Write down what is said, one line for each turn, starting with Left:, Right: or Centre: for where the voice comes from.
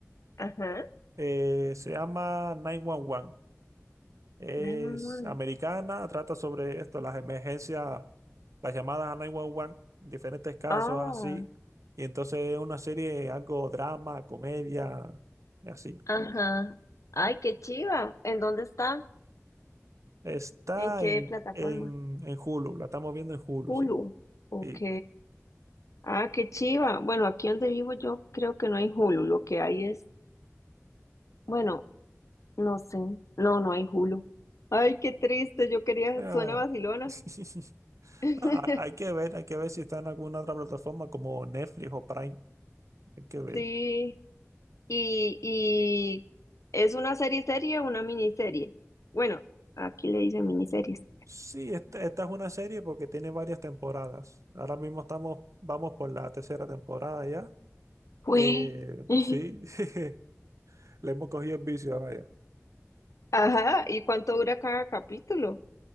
Left: Ajá.
Right: eh, se llama 911. Es
Left: 911.
Right: americana, trata sobre esto, las emergencias, las llamadas a 911, diferentes casos
Left: Ah,
Right: así. Y entonces es una serie, algo drama, comedia, y así.
Left: ajá. Ay, qué chiva. ¿En dónde está?
Right: Está
Left: ¿En qué
Right: en,
Left: plataforma?
Right: en, en Hulu, la estamos viendo en Hulu,
Left: Hulu.
Right: sí.
Left: Ok.
Right: Sí.
Left: Ah, qué chiva. Bueno, aquí donde vivo yo creo que no hay Hulu. Lo que hay es, bueno, no sé. No, no hay Hulu. Ay, qué triste. Yo quería,
Right: Ah.
Left: suena vacilona.
Right: <laughs>
Left: <laughs>
Right: Ah, Hay que ver, hay que ver si está en alguna otra plataforma como Netflix o Prime. Hay que ver.
Left: Sí, y, y es una serie serie o una miniserie. Bueno, aquí le dicen miniseries.
Right: Sí, esta, esta es una serie porque tiene varias temporadas. Ahora mismo estamos, vamos por la tercera temporada ya.
Left: Fue.
Right: Eh,
Left: <laughs>
Right: sí, <laughs> le hemos cogido el vicio, vaya.
Left: Ajá, ¿y cuánto dura cada capítulo?